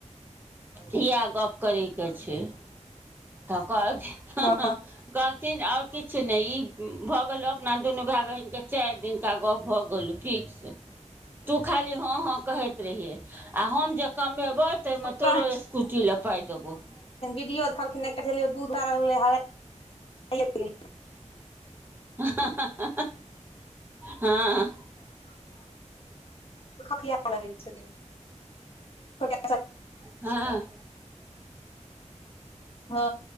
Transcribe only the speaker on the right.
इहय गप्प करय के छै तऽ कहलखीन हाँ
हाँ कहल कहलथिन और किछु नहि ई भए गेल अपना दुनू भाय बहिन के चारि दिनका गप भऽ गेल थिक से टु खाली हाँ हाँ कहत रहिए हम जे कमे कमेबो में
तोरो स्कूटी लऽ पाय देबो
हँ हँ हँ हँ
हँ